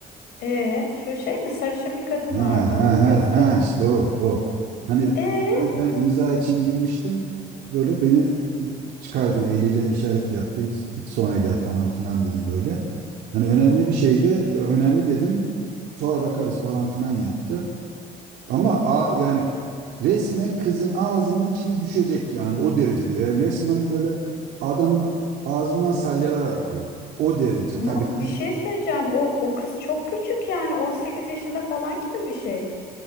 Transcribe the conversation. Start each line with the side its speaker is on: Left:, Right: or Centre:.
Left: Ee, şu şey mi sarışın bir kadın
Right: Ha
Left: vardı
Right: ha
Left: onu mu
Right: ha
Left: diyorsun?
Right: ha işte o o. Hani
Left: Ee,
Right: ben ben imza için girmiştim. Böyle beni e, çıkardı eliyle işaret yaptı. Git sonra gel falan filan dedi böyle. Hani önemli bir şey de önemli dedim. Sonra bakarız falan filan yaptı. Ama a yani resmen kızın ağzının içine düşecek yani o derecede. Yani resmen böyle adamın ağzından salyalar akıyor. O derece.
Left: ama
Right: Tabii kız
Left: bir şey söyleyeceğim. O o kız çok küçük yani 18 yaşında falan gibi bir şey.